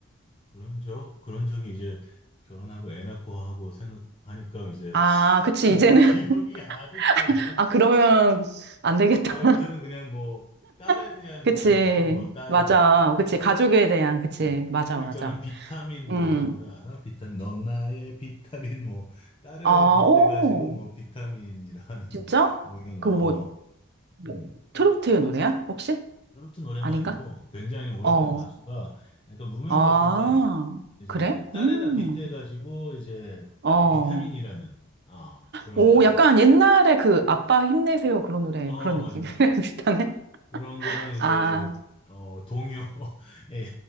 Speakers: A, on the left (about 25°); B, on the right (about 55°).
A: 그런 적, 그런 적이 이제 결혼하고 애 낳고 하고 생각하니까 이제
B: 아, 그치.
A: <laughs>
B: 이제는,
A: 기억이 아득하네.
B: <laughs> 아, 그러면 안 되겠다.
A: 아, 요새는 그냥 뭐 딸에
B: <laughs>
A: 대한
B: 그치.
A: 사랑이지, 뭐 딸에
B: 맞아.
A: 대한.
B: 그치. 가족에 대한, 그치.
A: 음,
B: 맞아,
A: 그
B: 맞아.
A: 있잖아. 비타민 뭐
B: 음.
A: 이런 노래 알아? 비타민, 넌 나의 비타민 뭐 딸을
B: 아,
A: 빗대가지고
B: 오.
A: 뭐 비타민이라는 <laughs>
B: 진짜?
A: 뭐 이런
B: 그
A: 거.
B: 뭐,
A: 어.
B: 뭐
A: 음.
B: 트로트의 노래야? 혹시?
A: 트로트 노래는
B: 아닌가?
A: 아니고 굉장히 오래된
B: 어.
A: 가수가 약간 무명
B: 아,
A: 가수인데 이제
B: 그래?
A: 딸에다
B: 음,
A: 빗대가지고 이제
B: 어.
A: 딸이 비타민이라는 어, 그런
B: 오,
A: 가사를
B: 약간 옛날에 그 아빠 힘내세요 그런 노래,
A: 어
B: 그런
A: 맞아
B: 느낌이랑
A: 맞아
B: <laughs> 비슷하네.
A: 그런 거랑 이제
B: 아,
A: 어 동요 <laughs> 예,